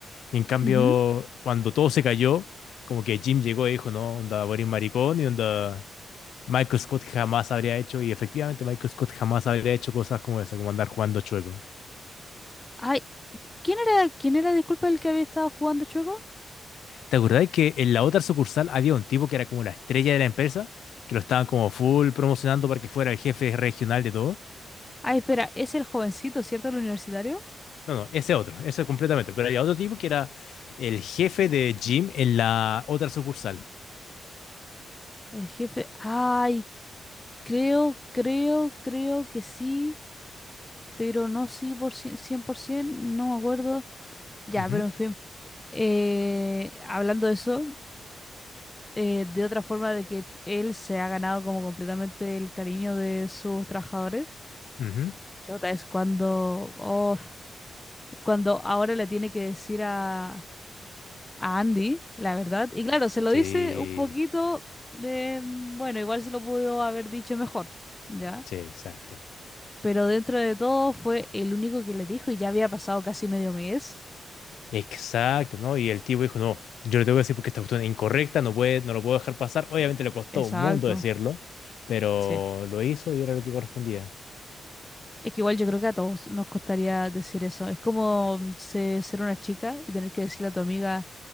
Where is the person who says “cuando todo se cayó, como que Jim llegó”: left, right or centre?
Left